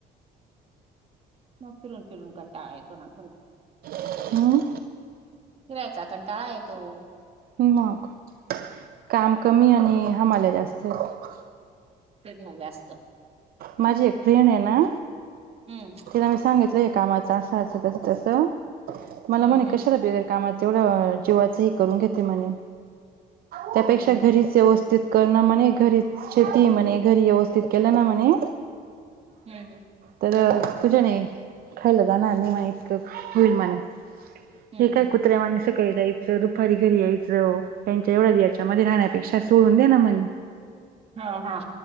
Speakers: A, on the right (about 35°); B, on the right (about 60°).
A: मग फिरून- फिरून कंटाळा येतो ना, खरंच.
B: अं.
A: फिरायचा कंटाळा येतो.
B: मग. काम कमी आणि, हमाल्या जास्तयत.
A: फिरणं बी आसतं.
B: माझी एक फ्रेंडय ना,
A: हम्म
B: तिला मी सांगितलंय कामाचं असं- असं, तसं- तसं. मला
A: हम्म
B: म्हने,
A: हम्म
B: कशाला बिगर कामाचं एवढं, जीवाच ही करून घेते म्हने. त्यापेक्षा
A: हम्म
B: घरीच व्यवस्थित कर ना म्हणे. घरी शेतीय म्हणे. घरी व्यवस्थित केलं ना, म्हणे
A: हं, हं.
B: तर तुझ्याने, खायला जाणार नाही मने इतकं, होईल मणे.
A: हम्म
B: हे काय
A: हम्म
B: कुत्र्यावाणी. सकाळी जायचं, दुपारी घरी यायचं. त्यांच्या एवढ याच्यामध्ये राहण्यापेक्षा, सूडून दे ना मन.
A: ह, हा.